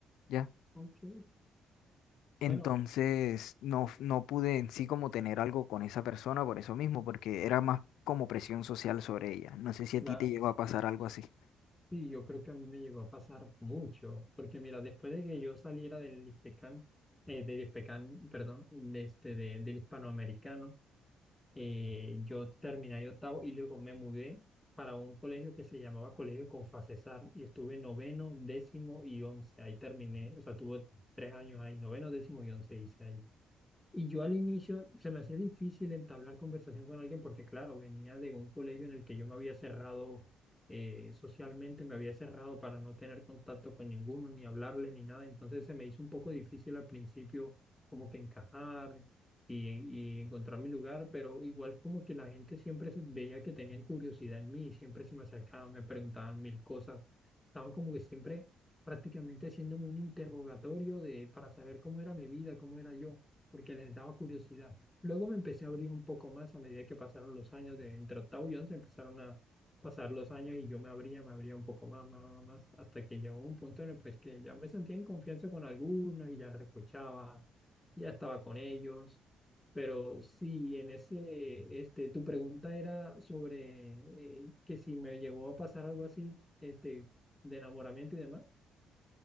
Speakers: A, on the left; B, in the centre.
A: ¿ya?
B: Ok.
A: Entonces
B: Bueno,
A: no, f- no pude en sí como tener algo con esa persona por eso mismo, porque era más como presión social sobre ella. No sé si a
B: va.
A: ti te llegó a pasar algo así.
B: Sí, yo creo que a mí me llegó a pasar mucho, porque mira, después de que yo saliera del Hispecan, eh, del Hispecan, perdón, de este, de- del hispanoamericano, eh, yo terminé ahí octavo y luego me mudé para un colegio que se llamaba Colegio Confacesar y estuve noveno, décimo y once, ahí terminé, o sea, tuve tres años ahí, noveno, décimo y once hice ahí. Y yo al inicio se me hacía difícil entablar conversación con alguien porque, claro, venía de un colegio en el que yo me había cerrado eh, socialmente, me había cerrado para no tener contacto con ninguno, ni hablarles, ni nada. Entonces se me hizo un poco difícil al principio como que encajar y, y encontrar mi lugar, pero igual como que la gente siempre se veía que tenían curiosidad en mí, siempre se me acercaban, me preguntaban mil cosas. Estaban como que siempre prácticamente haciéndome un interrogatorio de, para saber cómo era mi vida, cómo era yo porque les daba curiosidad. Luego me empecé a abrir un poco más a medida que pasaron los años, de entre octavo y once empezaron a pasar los años y yo me abría, me abría un poco más, más, más, más, hasta que llegó un punto en el pues, que ya me sentía en confianza con algunos y ya recochaba, ya estaba con ellos. Pero sí, en ese, este, tu pregunta era sobre eh, que si me llegó a pasar algo así, este, de enamoramiento y demás.